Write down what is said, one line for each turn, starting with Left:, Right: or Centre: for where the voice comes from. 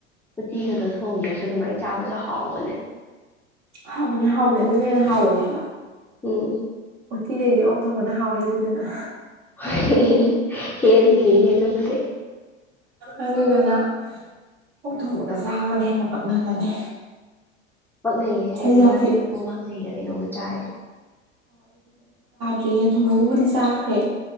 Centre: ꯎꯇꯤꯒꯗꯣ ꯊꯣꯡꯗ꯭ꯔꯁꯨ ꯑꯗꯨꯃꯥꯏꯅ ꯆꯥꯕꯁꯨ ꯍꯥꯎꯕꯅꯦ
Right: ꯍꯕꯅꯦ ꯍꯥꯎꯕꯅꯦ ꯑꯗꯨ ꯍꯕ <inaudible>
Centre: ꯎꯝ
Right: ꯎꯠꯇꯤꯗꯩꯗꯤ ꯑꯣꯛ ꯊꯣꯡꯕꯅ ꯍꯥꯎ ꯍꯦꯜꯂꯤꯗꯅ
Centre: ꯍ ꯍꯦ ꯍꯒꯦ ꯑꯗꯨꯕꯨꯗꯤꯦ
Right: ꯑꯗꯨꯗꯨꯅ ꯄꯣꯛ ꯊꯣꯡꯕꯒ ꯆꯥꯕꯅ ꯍꯦꯟꯅ ꯄꯛꯅꯒꯅꯤ
Centre: ꯄꯛꯅꯩꯌꯦ ꯑꯩ
Right: ꯑꯩꯁꯦ
Centre: ꯃꯃꯥꯡ
Right: ꯍꯧꯖꯤꯛ
Centre: ꯃꯃꯥꯡ ꯆꯍꯤꯗ ꯀꯩꯅꯣꯝꯃ ꯆꯥꯏꯌꯦ
Right: ꯔꯤ ꯌꯦꯡꯊꯣꯡꯕꯒꯕꯨꯗꯤ ꯆꯥꯈ꯭ꯔꯦ